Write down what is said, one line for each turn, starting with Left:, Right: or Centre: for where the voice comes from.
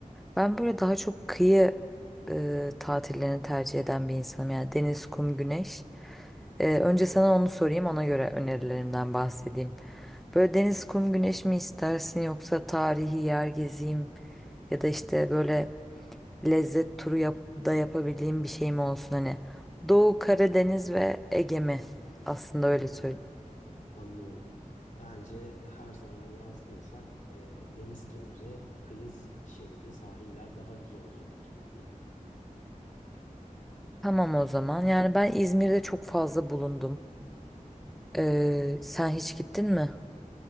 Centre: Ben böyle daha çok kıyı e, tatillerini tercih eden bir insanım. Yani deniz, kum, güneş. Ee, önce sana onu sorayım, ona göre önerilerimden bahsedeyim. Böyle deniz, kum, güneş mi istersin yoksa tarihi yer gezeyim ya da işte böyle lezzet turu yap da yapabildiğim bir şey mi olsun hani. Doğu Karadeniz ve Ege mi? Aslında
Left: Hmm,
Centre: öyle söyleyeyim.
Left: anlıyorum. Bence her zaman yaz diyorsak e, deniz kenarı, kıyı şeridi, sahiller daha güzel olacaktır gibi geliyor.
Centre: Tamam o zaman. Yani ben İzmir'de çok fazla bulundum. Ee, sen hiç gittin mi?